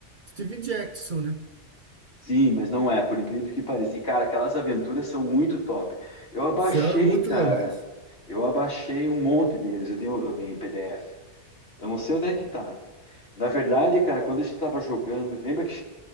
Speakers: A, on the right; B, on the left.
A: Steve Jackson, né?
B: Sim, mas não é, por incrível que pareça. E, cara, aquelas aventuras são muito top. Eu abaixei,
A: São muito
B: cara.
A: legais.
B: Eu abaixei um monte deles. Eu tenho, eu tenho em PDF. Eu não sei onde é que tá. Na verdade, cara, quando a gente tava jogando, lembra que